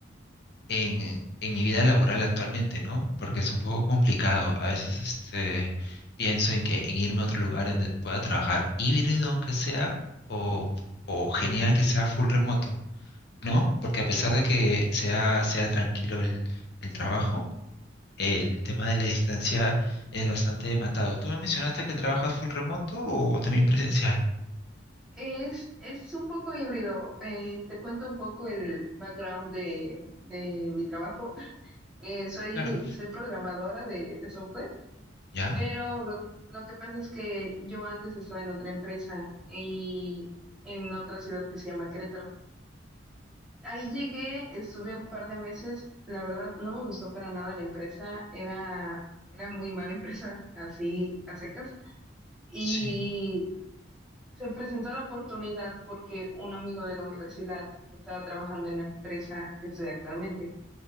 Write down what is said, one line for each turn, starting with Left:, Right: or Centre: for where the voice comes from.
Left: en, en mi vida laboral actualmente, ¿no? Porque es un poco complicado. A veces este, pienso en que en irme a otro lugar donde pueda trabajar híbrido, aunque sea, o, o genial que sea full remoto, ¿no? Porque a pesar de que sea, sea tranquilo el, el trabajo, el tema de la distancia es bastante matado. ¿Tú me mencionaste que trabajas full remoto o también presencial?
Centre: Es, es un poco híbrido. Eh, te cuento un poco el background de, de mi trabajo. <laughs> Eh, soy,
Left: Claro.
Centre: soy programadora de, de software,
Left: ¿Ya?
Centre: pero lo, lo que pasa es que yo antes estaba en otra empresa y en otra ciudad que se llama Querétaro. Ahí llegué, estuve un par de meses, la verdad no me gustó para nada la empresa, era, era muy mala <laughs> empresa, así a secas, y
Left: Sí,
Centre: se presentó la oportunidad porque un amigo de la universidad estaba trabajando en la empresa que estoy actualmente,